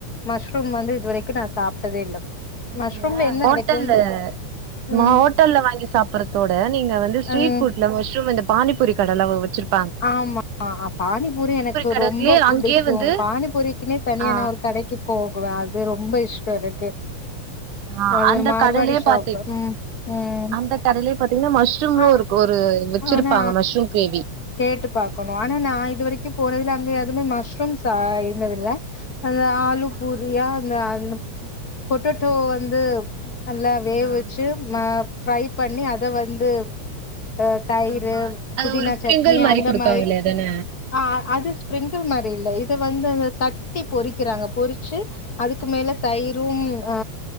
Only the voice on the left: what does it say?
மஷ்ரூம் வந்து இது வரைக்கும் நான் சாப்புட்டதே இல்ல
மஷ்ரூம்ல என்ன
கெடைக்கும் ம்
ம்
ஆமா பானிபூரி எனக்கு
ரொம்ப புடிக்கும்
பானிபூரிக்குனே தனியா
நா ஒரு கடைக்கு போகவேன் அது ரொம்ப இஷ்டோம் எனக்கு
அது
ஒரு மார்வாடி
ஷாப்பு
ம் ம்
ஆ
ஆனா
கேட்டு பாக்கோணும் ஆனா நா இது வரைக்கும் போறதுல அங்க யதுவுமே மஷ்ரூம்ஸ் ஆ இருந்தது இல்ல அந்த ஆலு
பூரியா அந்த அ பொட்டேட்டோ வந்து நல்லா வேவிச்சு
ஃப்ரை பண்ணி அத வந்து அ தயிர்
புதினா
சட்னி அந்த
மாரி
அ அது ஸ்ப்ரிங்கில் மாரி இல்ல இத வந்து அத தட்டி பொறிக்கிறாங்க பொறிச்சு அதுக்கு மேல தயிரும் அ